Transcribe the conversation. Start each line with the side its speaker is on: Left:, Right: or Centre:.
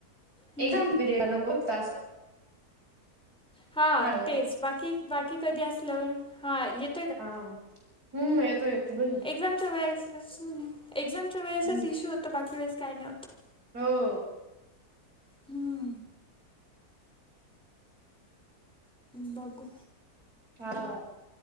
Centre: हं.
Right: एझाम पिरियड न कोतताास
Centre: हा
Right: हॅलो
Centre: तेच बाकी बाकी कधी असलं हा येत
Right: हा हम्म येतो येत बोल ना
Centre: एक्झामच्या वेळेसच एक्झामच्या वेळेसच
Right: हम्म
Centre: इश्यू होतो बाकी वेळेस काय नाही होतं
Right: हो
Centre: हम्म बघू
Right: हा